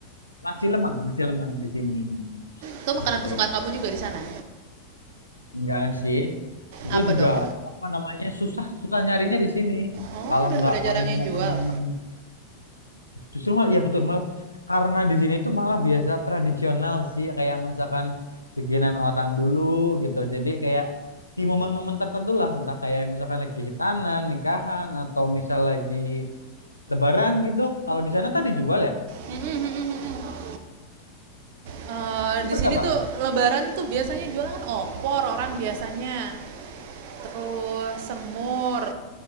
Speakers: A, on the left; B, on the right.
A: Nasi lemang, nasi lemang di sini.
B: Itu makanan
A: Jadi
B: kesukaan kamu juga di sana.
A: enggak sih. Itu
B: Apa
A: juga
B: dong?
A: apa namanya susah, susah nyarinya di sini.
B: Oh,
A: Kalau
B: udah
A: enggak
B: udah jarang
A: paling
B: yang
A: momen-momen
B: jual.
A: justru malah ya betul malah karena di sini itu malah biasa tradisional sih kayak masakan bikinan orang dulu gitu. Jadi kayak di momen-momen tertentu lah entah kayak misalkan lagi hitanan, nikahan atau misal lagi lebaran gitu. Kalau di sana tadi jual ya?
B: Mm, mm, mm, mm, mm. Eh,
A: Itu berapaan
B: di sini tuh lebaran tuh biasanya jualan kan opor orang biasanya. Terus semur.